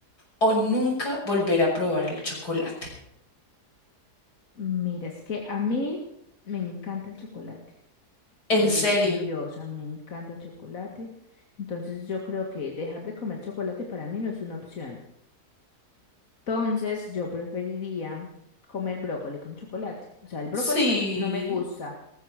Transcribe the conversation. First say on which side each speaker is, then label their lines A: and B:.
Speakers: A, on the left; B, on the left.
A: o nunca volver a probar el chocolate?
B: Mira, es que a mí me encanta el chocolate.
A: ¿En
B: Delicioso,
A: serio?
B: me encanta el chocolate. Entonces yo creo que dejar de comer chocolate para mí no es una opción. Entonces, yo preferiría comer brócoli con chocolate. O sea, el brócoli
A: Sí,
B: me- no me gusta,